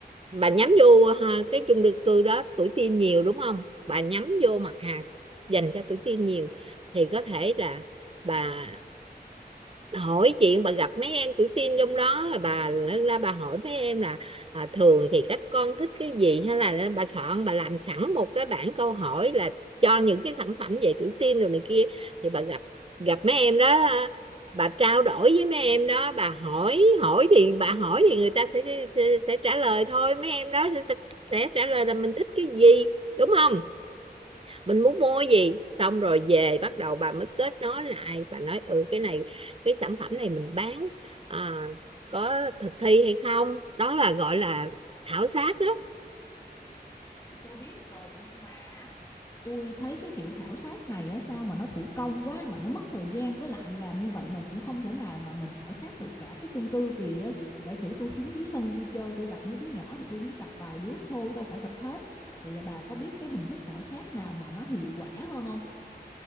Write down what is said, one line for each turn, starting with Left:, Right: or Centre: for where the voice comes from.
Right: bà nhắm vô ha, cái chung cư cư đó tuổi teen nhiều đúng không? Bà nhắm vô mặt hàng dành cho tuổi teen nhiều thì có thể là bà hỏi chuyện bà gặp mấy em tuổi teen trong đó là bà lên ra bà hỏi mấy em là à, thường thì các con thích cái gì hay là bà soạn bà làm sẵn một cái bảng câu hỏi là cho những cái sản phẩm về tự tin rồi này kia thì bà gặp gặp mấy em đó à, bà trao đổi với mấy em đó bà hỏi hỏi thì bà hỏi thì người ta sẽ sẽ, sẽ trả lời thôi mấy em đó sẽ, sẽ sẽ trả lời là mình thích cái gì đúng không mình muốn mua gì xong rồi về bắt đầu bà mới kết nối lại và nói ừ cái này cái sản phẩm này mình bán à, có thực thi hay không đó là gọi là khảo sát đó
Left: thì tôi biết rồi nhưng mà tôi thấy cái kiểu khảo sát này á, sao mà nó thủ công quá mà nó mất thời gian với lại làm như vậy mình cũng không thể nào mà mình khảo sát được cả cái chung cư vì á, giả sử tôi xuống dưới sân tôi chơi tôi gặp mấy đứa nhỏ thì tôi cũng chỉ gặp vài đứa thôi chứ đâu phải gặp hết vậy là bà có biết cái hình thức khảo sát nào mà nó hiệu quả hơn không